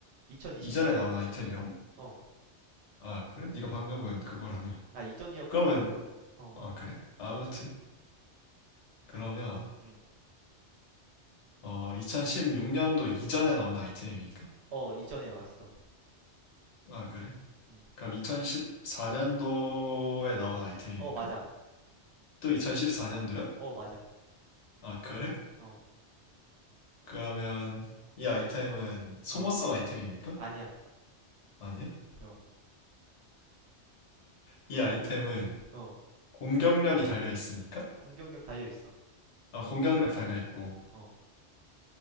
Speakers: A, on the right; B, on the left.
A: 2020년도,
B: 이전에
A: 이,
B: 나온 아이템이라고?
A: 어.
B: 아, 그래? 네가 방금은
A: 음.
B: 그거라며.
A: 아, 이전이라고,
B: 그러면,
A: 하- 하- 어,
B: 아, 그래? 아무튼.
A: 음,
B: 그러면
A: 음.
B: 어 2016년도 이전에 나온 아이템입니까?
A: 어, 이전에 나왔어.
B: 아 그래?
A: 음.
B: 그럼 2014년도에 나온 아이템입니까?
A: 어, 맞아.
B: 또 2014년도야?
A: 어, 맞아.
B: 아 그래?
A: 어,
B: 그러면 이 아이템은 소모성
A: 어,
B: 아이템입니까?
A: 아니야.
B: 아니야?
A: 어,
B: 이 아이템은
A: 어.
B: 공격력이 달려 있습니까?
A: 공격력 달려있어.
B: 아 공격력 달려 있고
A: 어,